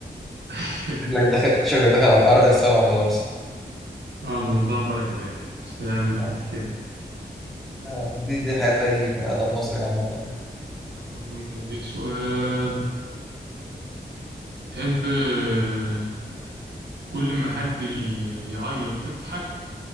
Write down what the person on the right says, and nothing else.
<laughs>
اه الموضوع مرعب يعني بس يعني مش
مشكلة
آه، نديك سؤال تحب آه، كل ما حد ي- يعيط تضحك